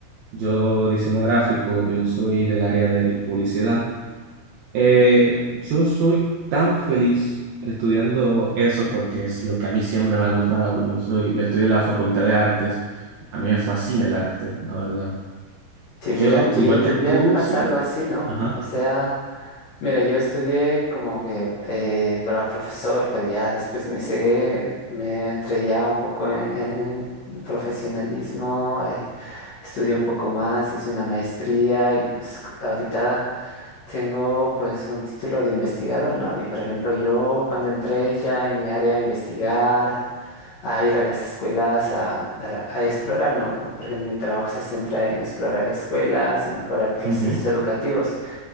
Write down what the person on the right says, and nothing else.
yo diseño gráfico, yo soy del área de de publicidad. Eh, yo soy tan feliz estudiando eso porque es lo que a mí siempre me ha gustado. Yo soy, le estudio en la Facultad de Artes, a mí me fascina el arte, la verdad.
Yo,
igual
que tú,
sí.
Ajá.
ujú.